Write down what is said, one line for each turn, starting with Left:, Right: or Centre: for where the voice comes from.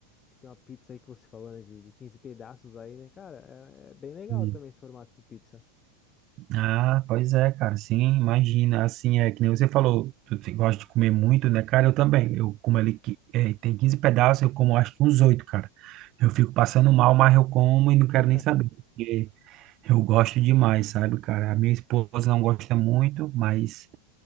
Left: Acho que tem uma pizza aí que você falou, né? De, de 15 pedaços aí, né? Cara, é, é bem legal
Right: sim.
Left: também esse formato de pizza.
Right: Ah, pois é, cara, sim, imagina, assim, é que nem você falou, tu te- gosta de comer muito, né, cara, eu também, eu como ali, que- é, tem 15 pedaços, eu como acho que uns oito cara, eu fico passando mal, mas eu como e não quero
Left: <laughs>
Right: nem saber, porque eu gosto demais, sabe, cara, a minha esposa não gosta muito, mas...